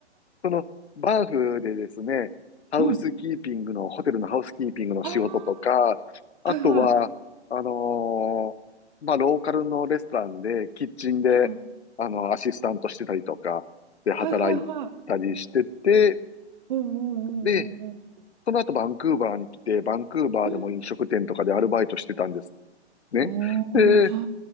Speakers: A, on the left; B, on the right.
A: その、バーフでですね、ハウスキーピングの、
B: <laughs> うん。
A: ホテルのハウスキーピングの仕事とか、
B: あ
A: あとは、
B: あ、はいはい。
A: あのーまあ、ローカルのレストランで、キッチンで、
B: は
A: あの、アシスタントしてたりとか、で、働いたりしてて、
B: はいはいはい。おーおーおーおーおー。
A: で、その後バンクーバーに来て、バンクーバーでも飲食店とかでアルバイトしてたんです
B: うん
A: ね。
B: おーは、
A: で、